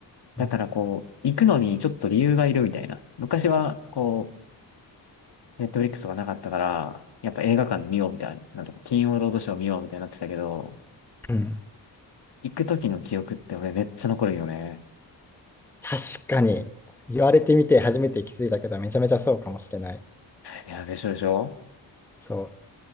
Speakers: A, in the centre; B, on the left.
A: うん
B: だからこう、行くのにちょっと理由がいるみたいな。昔はこう、ネットフリックスとかなかったから、やっぱ映画館で見ようみたいな。なんとか金曜ロードショー見ようみたいになってたけど、
A: うん
B: 行く時の記憶って俺めっちゃ残るよね。
A: 確かに。言われてみて初めて気づいたけど、めちゃめちゃそうかもしれない。
B: いや、でしょでしょ
A: そう。